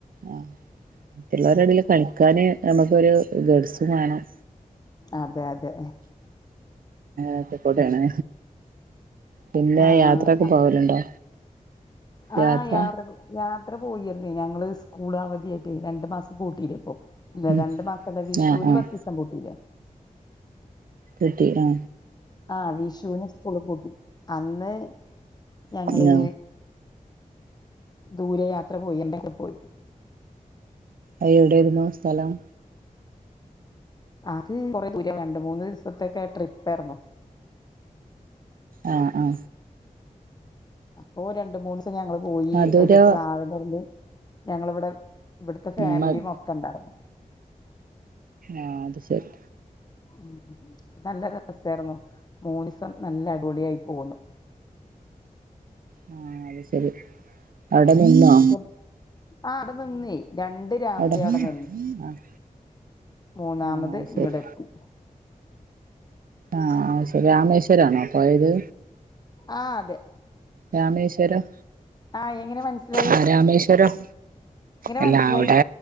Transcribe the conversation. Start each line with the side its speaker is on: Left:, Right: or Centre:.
Right: ആഹ് മറ്റുള്ളോരെടേല് കളിക്കാന് നമ്മക്കൊര് ഗഡ്സ് വേണം
Left: അതെ അതെ
Right: ആക്കെക്കൊടേണ് പിന്നെ
Left: ആഹ്
Right: യാത്രക്കെപോവല്ണ്ടോ
Left: ആഹ്
Right: യാത്ര
Left: യാത്രകൾ യാത്ര പോയിര്ന്നേ ഞങ്ങള് സ്കൂൾ അവധിയേയിറ്റ് രണ്ടുമാസം പൂട്ടിലെപ്പം ഇല്ല
Right: ഉം
Left: രണ്ട്മാസ്തല്ല വിഷുന്
Right: ആഹ് ആഹ്
Left: പത്തിസംപൂട്ടിലെ
Right: കിട്ടി ആഹ
Left: ആഹ വിഷുന് സ്കൂള്പൂട്ടി അന്ന് ഞങ്ങള്
Right: ആ
Left: ദൂരെയാത്ര പോയി എന്തക്കെപോയി
Right: അഹ് എവിടെര്ന്നു സ്ഥലം.
Left: അത് കൊറേദൂര രണ്ട്മൂന്ന്സത്തേക്കെ ട്രിപ്പായിരുന്നു
Right: ആഹ ആഹാ
Left: അപ്പോ രണ്ട്മൂന്ന്സം ഞങ്ങള്പോയി
Right: മധുരോ
Left: ഒര് ട്രാവലർല് ഞങ്ങള്വ്ടെ ഇവട്ത്തെ ഫാമിലിമൊത്തണ്ടാരുന്നു
Right: ഉം ആഹ് ആഹ് അത് ശരി
Left: ഉ ട്ടല്ല രസായിരുന്നു മൂന്നിസം നല്ല അടിപൊളിയായി പോന്ന്
Right: ആഹ അത് ശരി. അവിടെ നിന്നോ
Left: എന്നിട്ട് ആഹ് അടെനിന്നേ രണ്ട് രാത്രി
Right: അവിടെ
Left: അടെനിന്ന്
Right: ആഹ്
Left: മൂന്നാമത്
Right: ആഹ് ശരി
Left: ഇങ്ങടെത്തി
Right: ആഹ ശരി രാമേശ്വരാണോ പോയത്.
Left: ആഹ് അതെ
Right: രാമേശ്വരം
Left: ആഹ് എങ്ങനെ മനസിലായി
Right: ആ രാമേശ്വരം അല്ല
Left: മനസ്സിലായി
Right: അവിടെ